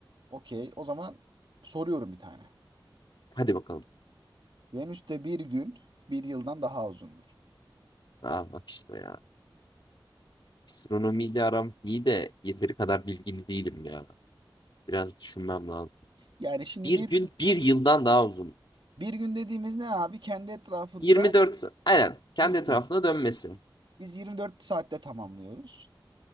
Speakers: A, on the right (about 75°); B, on the left (about 65°).
A: Okey. O zaman soruyorum bir tane.
B: Hadi bakalım.
A: Venüs'te bir gün bir yıldan daha uzundur.
B: Aa, bak işte ya. Astronomiyle aram iyi de yeteri kadar bilgili değilim ya. Biraz düşünmem lazım.
A: Yani şimdi
B: Bir
A: bir
B: gün bir yıldan daha uzun.
A: Bir gün dediğimiz ne abi? Kendi etrafında
B: 24 sa- aynen kendi
A: bir tur.
B: etrafına dönmesi.
A: Biz 24 saatte tamamlıyoruz.